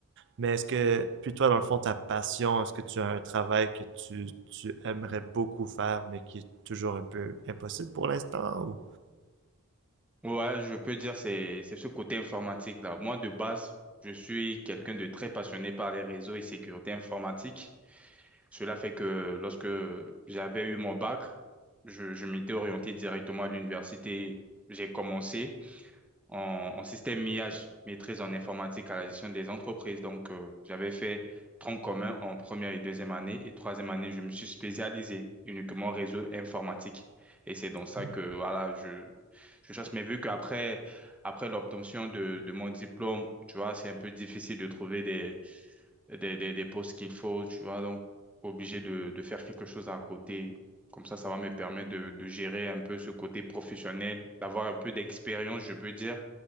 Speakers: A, on the right (about 55°); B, in the centre.
A: Mais est-ce que, puis toi, dans le fond, ta passion, est-ce que tu as un travail que tu, tu aimerais beaucoup faire, mais qui est toujours un peu impossible pour l'instant, ou?
B: Ouais, je peux dire c'est c'est ce côté informatique là. Moi de base, je suis quelqu'un de très passionné par les réseaux et sécurité informatique. Cela fait que lorsque j'avais eu mon bac, je, je m'étais orienté directement à l'université. J'ai commencé. en, en système IH, maîtrise en informatique à la gestion des entreprises. Donc, euh, j'avais fait tronc commun en première et deuxième année. Et troisième année, je me suis spécialisé uniquement réseau informatique. Et c'est dans ça
A: Mhm.
B: que, voilà, je, je cherche. Mais vu qu'après après, l'obtention de, de mon diplôme, tu vois, c'est un peu difficile de trouver des, des, des, des postes qu'il faut, tu vois, donc obligé de, de faire quelque chose à côté. Comme ça, ça va me permettre de, de gérer un peu ce côté professionnel, d'avoir un peu d'expérience, je peux dire,